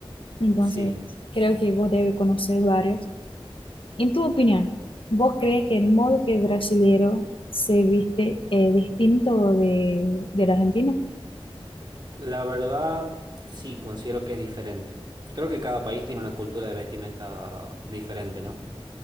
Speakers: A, on the left; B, on the right.
A: entonces
B: sí.
A: creo que vos debes conocer varios. En tu opinión, ¿vos crees que el modo que el brasilero se viste es distinto de, del argentino?
B: La verdad, sí, considero que es diferente. Creo que cada país tiene una cultura de vestimenta diferente, ¿no?